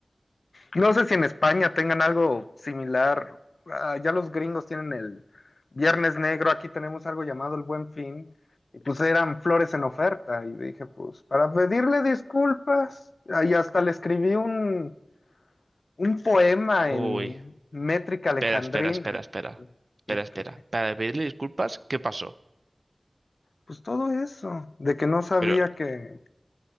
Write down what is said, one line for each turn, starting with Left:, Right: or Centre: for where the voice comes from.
Left: No sé si en España tengan algo similar. Ah, ya los gringos tienen el Viernes Negro. Aquí tenemos algo llamado el Buen Fin. Y pues eran flores en oferta. Y dije, pues, para pedirle disculpas. Ah, Y hasta le escribí un, un poema
Right: Uy.
Left: en métrica
Right: Espera,
Left: alejandrina.
Right: espera, espera, espera. Espera,
Left: ¿Qué,
Right: espera.
Left: qué, qué?
Right: Para pedirle disculpas, ¿qué pasó?
Left: Pues todo eso. De que no sabía
Right: Pero,
Left: que,